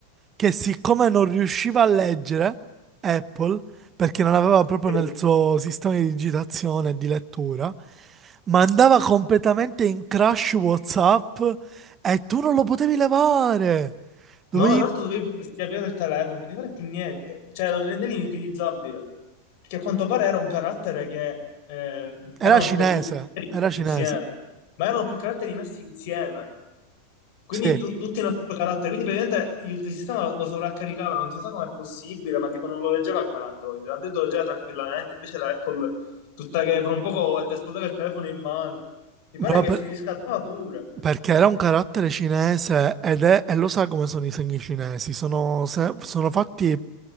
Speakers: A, on the right; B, on the left.
A: che siccome non riusciva a leggere Apple, perché non aveva proprio
B: sì.
A: nel suo sistema di digitazione e di lettura, mandava completamente in crash WhatsApp e tu non lo potevi levare. Dovevi...
B: No, tra l'altro dovevi pure riavviare il telefono, non potevi fare più niente. Cioè, lo rendevi inutilizzabile. Perché a quanto pare era un carattere che ehm, erano
A: Era cinese,
B: tipo più caratteri
A: era
B: messi
A: cinese.
B: insieme, ma erano più caratteri messi insieme. Quindi
A: Sì,
B: tu- tutti hanno questo carattere, quindi praticamente il sistema lo sovraccaricava, non si sa com'è possibile, ma tipo non lo leggeva come l'Android, l'Android lo leggeva tranquillamente, invece la Apple tutta che per un poco ti esplodeva il telefono in mano. Mi
A: proprio
B: pare che si
A: per-
B: riscaldava pure.
A: perché era un carattere cinese ed è, e lo sa come sono i segni cinesi, sono, se- sono fatti